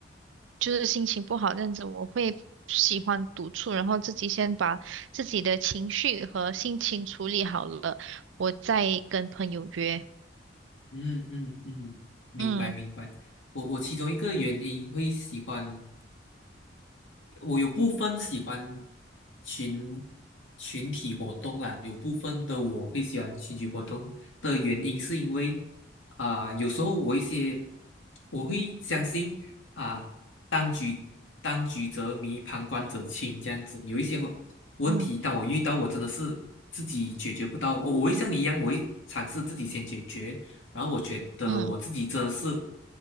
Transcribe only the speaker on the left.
嗯嗯嗯，明白明白。
我我其中一个原因会喜欢。我有部分喜欢群群体活动啦，有部分的我会喜欢群体活动的原因是因为啊、有时候我一些我会相信啊、当局当局者迷，旁观者清这样子，有一些问题，
当我遇到，我真的是自己解决不到，我我会像你一样，我会尝试自己先解决。然后我觉得我自己真的是